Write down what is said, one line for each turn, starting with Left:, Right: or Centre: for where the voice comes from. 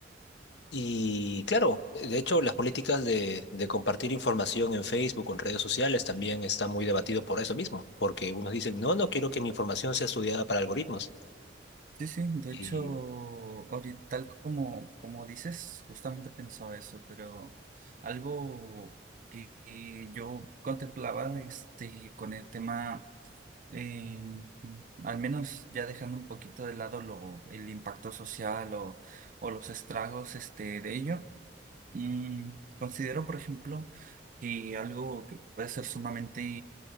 Left: Y claro, de hecho, las políticas de, de compartir información en Facebook o en redes sociales también está muy debatido por eso mismo, porque unos dicen, no, no quiero que mi información sea estudiada para algoritmos.
Right: Sí, sí, de
Left: Y
Right: hecho, ahorita, tal como, como dices, justamente pensaba eso, pero algo que que yo contemplaba este, con el tema eh, al menos ya dejando un poquito de lado lo, el impacto social o, o los estragos este, de ello, mm, considero, por ejemplo, que algo que puede ser sumamente